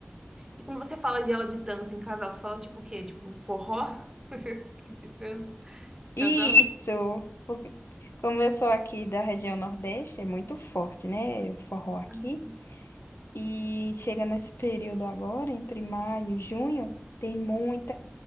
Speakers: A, on the right (about 15°); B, on the left (about 65°).
A: E quando você fala de aula de dança em casal, você fala tipo o quê? Tipo forró? <laughs> Que De dança, de
B: Isso!
A: casal?
B: porque Como eu sou aqui da região Nordeste, é muito forte, né? O forró aqui.
A: Ah.
B: E chega nesse período agora, entre maio e junho, tem muita